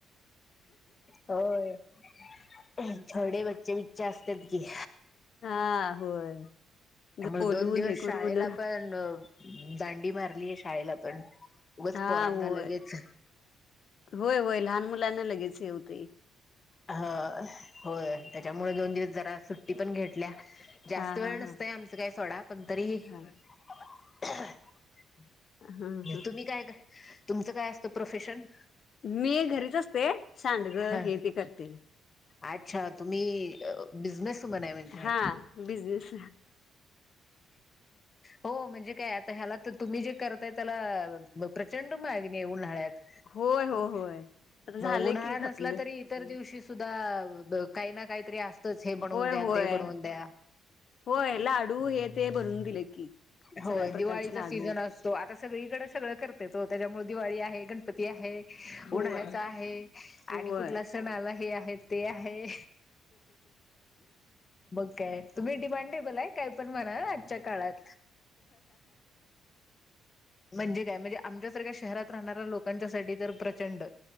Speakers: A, on the left; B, on the left.
A: होय, छोडे बच्चे-बिच्चे असतात की.
B: हा होय,
A: त्यामुळे
B: बोलून
A: दोन दिवस
B: हे
A: शाळेला
B: करून
A: पण दांडी मारलीय शाळेला पण उगच
B: हा
A: पोरांना
B: होय!
A: लगेच
B: होय-होय लहान मुलांना लगेच येवतंही.
A: ह होय त्याच्यामुळे दोन दिवस जरा सुट्टी पण घेतल्या. जास्त
B: हा
A: वेळ
B: हा हा
A: नसतय आमचं काही सोडा पण तरी.
B: हा
A: <unintelligible>
B: हं हं
A: तुम्ही काय तुमचं काय असतं प्रोफेशन.
B: मी घरीच असते सांडगं
A: ह
B: हे ते करते.
A: अच्छा तुम्ही बिझनेस वुमन आहे म्हणजे.
B: हा बिझनेस
A: हो म्हणजे काय आता ह्याला तर तुम्ही जे करताय त्याला म प्रचंड मागणी उन्हाळ्यात,
B: होय हो होय आता झालंय
A: मग उन्हाळा
B: की आपलं
A: नसला तरी इतर दिवशी सुद्धाआ काही ना काहीतरी असतच हे बनवून
B: होय
A: द्या
B: होय
A: ते बनवून द्या.
B: होय लाडू हे ते बनवून दिले की
A: हो
B: सगळ्या
A: दिवाळीचा
B: प्रकारचे लाडू
A: सीझन असतो आता सगळीकडे सगळं करतेत ओ त्याच्यामुळे दिवाळी आहे गणपती आहे.
B: होय
A: उन्हाळ्याचा आहे,
B: होय
A: आणि कुठला सण आला, हे आहे ते आहे. बघ काय तुम्ही डिमांडेबल आहे काय पण म्हणा. आजच्या काळात. म्हणजे काय म्हणजे आमच्यासारख्या शहरात राहणाऱ्या लोकांच्यासाठी तर प्रचंड.